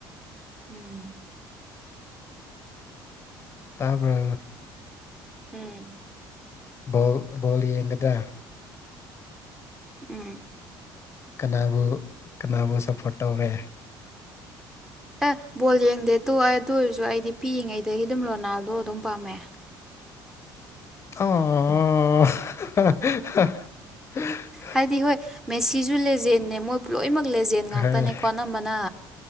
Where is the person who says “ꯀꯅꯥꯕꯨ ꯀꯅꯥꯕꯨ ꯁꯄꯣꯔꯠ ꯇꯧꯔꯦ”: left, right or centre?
Left